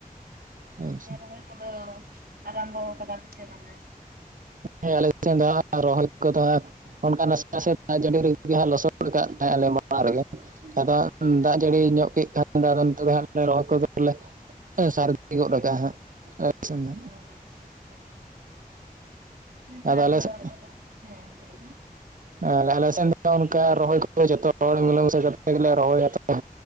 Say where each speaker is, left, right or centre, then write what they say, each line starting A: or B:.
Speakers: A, on the right (about 80°); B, on the right (about 60°).
A: ᱛᱟᱦᱚᱞᱮ
B: ᱟᱪᱪᱷᱟ,
A: ᱨᱚᱦᱚᱭ ᱠᱚᱫᱚ ᱟᱨᱟᱢᱵᱚ ᱠᱟᱫᱟ ᱯᱮᱥᱮ ᱵᱟᱝ?
B: ᱦᱮᱸ ᱟᱞᱮ ᱱᱚᱛᱮ ᱫᱚ ᱦᱟᱸᱜ ᱨᱚᱦᱚᱭ ᱠᱚᱫᱚ ᱦᱟᱸᱜ ᱚᱱᱠᱟ ᱱᱟᱥᱮ ᱱᱟᱥᱮ ᱫᱟᱜᱽ ᱡᱟᱹᱲᱤ ᱨᱮᱜᱮ ᱱᱟᱦᱟᱸᱜ ᱞᱚᱥᱚᱫ ᱠᱟᱜ ᱛᱟᱦᱮᱸᱜ ᱟᱞᱮ ᱢᱟᱲᱟᱝ ᱨᱮᱜᱮ᱾ ᱟᱫᱚ
A: ᱦᱮᱸ
B: ᱫᱟᱜᱽ
A: ᱟᱪᱪᱷᱟ
B: ᱡᱟᱹᱲᱤ
A: ᱟᱪᱪᱷᱟ
B: ᱧᱚᱜ ᱠᱮᱜ ᱠᱷᱟᱭ <unintelligible> ᱛᱮᱫᱚ ᱨᱚᱦᱚᱭ ᱠᱚᱫᱚᱞᱮ ᱥᱟᱨᱫᱤ ᱜᱚᱫ ᱠᱟᱜᱼᱟ ᱦᱟᱸᱜ ᱟᱞᱮᱥᱮᱱ ᱫᱚ᱾
A: ᱚ ᱟᱪᱪᱷᱟ ᱟᱪᱪᱷᱟ ᱟᱪᱪᱷᱟ ᱦᱮᱸᱛᱚ
B: ᱫᱚ
A: ᱟᱫᱚ
B: ᱟᱞᱮ
A: ᱨᱚᱦᱚᱭ
B: ᱥᱮᱫ
A: <unintelligible> ᱦᱮᱸ <unintelligible>
B: ᱦᱮᱸ ᱟᱞᱮ ᱥᱮᱱ ᱫᱚ ᱚᱱᱠᱟ ᱨᱚᱦᱚᱭ ᱠᱚᱫᱚ ᱡᱚᱛᱚ ᱦᱚᱲ ᱢᱤᱞᱮ ᱢᱮᱥᱮ ᱠᱟᱛᱮᱜ ᱜᱮᱞᱮ ᱨᱚᱦᱚᱭᱟ ᱛᱚ᱾